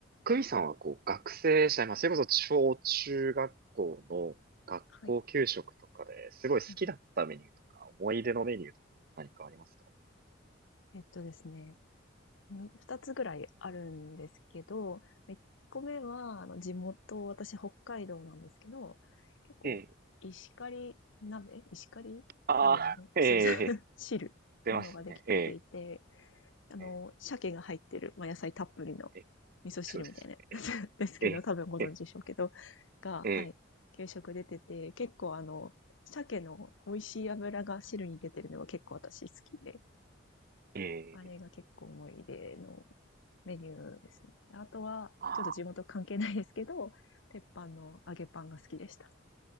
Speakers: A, on the right; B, on the left.
A: クミさんはこう学生時代、まあ、それこそ小中学校の学校給食とかですごい好きだったメニューとか、
B: はい。うん、
A: 思い出のメニューとか何かありますか
B: えっとですね、に二つぐらいあるんですけど、一個目は、あの、地元、私北海道なんですけど、結構、
A: ええ。
B: 石狩鍋石狩鍋のね、
A: ああ、<laughs> ええ、
B: す、<laughs> 汁、
A: 出ますね。
B: ものができてていて、
A: ええ、
B: あの、
A: え
B: 鮭が入ってる、まあ、野菜たっぷりの
A: え、え
B: 味噌汁みたいな、
A: そうですね。
B: <laughs> ですけど、
A: ええ、
B: 多分ご存知でしょうけど、
A: ええ、
B: が、
A: ええ、
B: はい、給食出てて、結構あの、鮭の美味しい油が汁に出てるのが結構私好きで、
A: ええ、
B: あれが結構思い出の
A: ええ
B: メニューですね。あとは、
A: ああ。
B: ちょっと地元関係ないですけど、鉄板の揚げパンが好きでした。